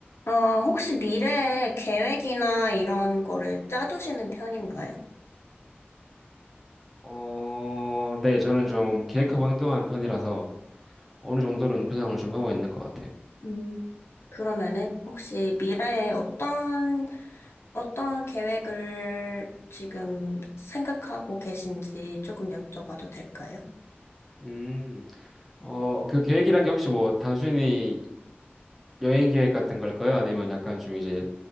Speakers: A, on the left; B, in the centre.
A: 어, 혹시 미래에 계획이나 이런 거를 짜두시는 편인가요?
B: 어, 네, 저는 좀 계획하고 행동하는 편이라서 어느 정도는 구상을 좀 하고 있는 것 같아요.
A: 음, 그러면은 혹시 미래에 어떤, 어떤 계획을 지금 생각하고 계신지 조금 여쭤봐도 될까요?
B: 음, 어, 그 계획이란 게 혹시 뭐 단순히 여행 계획 같은 걸까요? 아니면 약간 좀 이제